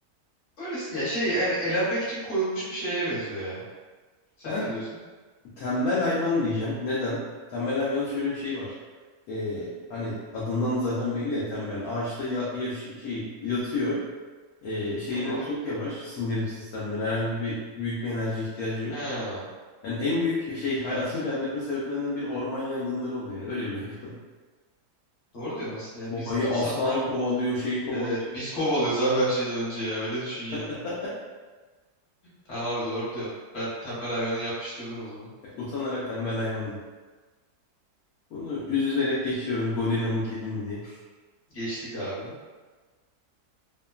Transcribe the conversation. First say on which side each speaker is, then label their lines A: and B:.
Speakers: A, on the left; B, on the left.
A: öylesi ya şey yani elenmek için koyulmuş bir şeye benziyor ya. Sen
B: Ben
A: ne diyorsun?
B: tembel hayvan diyeceğim. Neden? Tembel hayvanın şöyle bir şey var. Ee, hani adından da zaten belli ya tembel. Ağaçta ya, yaş- şey yatıyor. Ee, şeyleri
A: Tamam.
B: çok yavaş. Sindirim sistemleri. Herhangi bir büyük bir enerji ihtiyacı yok.
A: He.
B: Yani en büyük şey <laughs> hayatını kaybetme sebeplerinden biri orman yangınları oluyor. Yani öyle bir hayvan. <laughs>
A: Doğru diyorsun aslında ya.
B: Boğayı
A: Biz insanlar
B: aslanı kovalıyor, şeyi kovalıyor.
A: Evet, biz kovalıyoruz abi her şeyden önce ya. Öyle düşün yani.
B: <laughs>
A: Tamam abi doğru diyorsun. Ben tembel hayvanı yapıştırdım o zaman.
B: Utanarak tembel hayvan diyor. Bunu üzülerek geçiyorum. Gorilla mı kedi mi diye.
A: Geçtik abi.